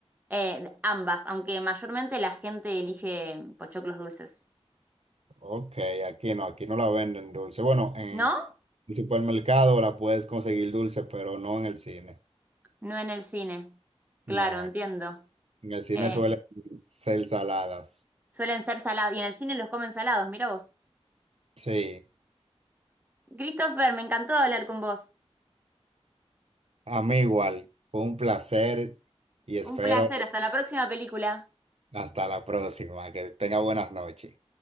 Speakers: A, on the right; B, on the right.
A: Eh, ambas, aunque mayormente la gente elige pochoclos dulces.
B: Ok, aquí no, aquí no la venden dulce. Bueno, en
A: ¿No?
B: el supermercado la puedes conseguir dulce, pero no en el cine.
A: No en el cine. Claro,
B: No,
A: entiendo.
B: en el cine
A: Eh,
B: suelen ser saladas.
A: suelen ser salados y en el cine los comen salados, mira vos.
B: Sí,
A: Christopher, me encantó hablar con vos.
B: a mí igual. Fue un placer y espero
A: Un placer, hasta la próxima película.
B: hasta la próxima. Que tenga buenas noches.